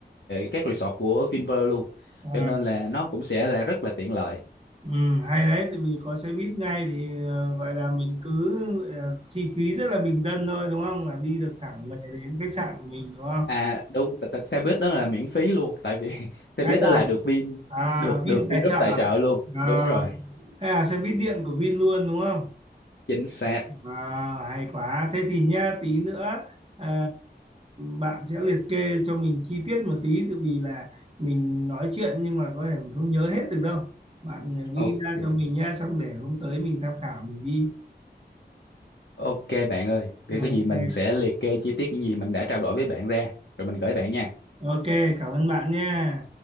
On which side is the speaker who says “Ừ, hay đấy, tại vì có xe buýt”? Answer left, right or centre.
Right